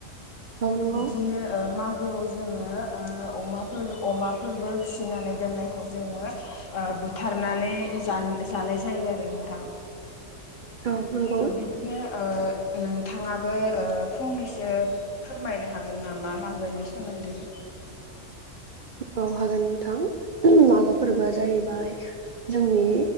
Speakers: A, on the right; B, on the left.
A: औ
B: बिदिनो
A: नंगौ
B: ओ मागोआव जोङो ओ अमाफोर अमाफोरबो फिसिनानै दोननायखौ जोङो ओ बुथारनानै जान जानाय जायो आरो नोंथां।
A: औ नंगौ
B: ओ बिदिनो ओ नोंथाङाबो ओ फंनैसो फोरमायनो हागोन नामा मागोनि सोमोन्दै
A: औ हागोन नोंथां मागो फोरबोआ जाहैबाय जोंनि